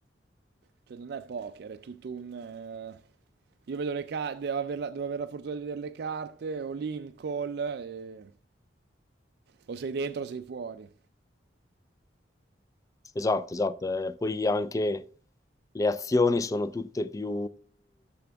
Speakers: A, on the right (about 60°); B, on the left (about 20°).
A: cioè non è poker, è tutto un... eh, Io vedo le carte, devo aver la, devo avere la fortuna di vedere le carte, o in call, e- o sei dentro o sei fuori.
B: Esatto, esatto. eh, poi anche le azioni sono tutte più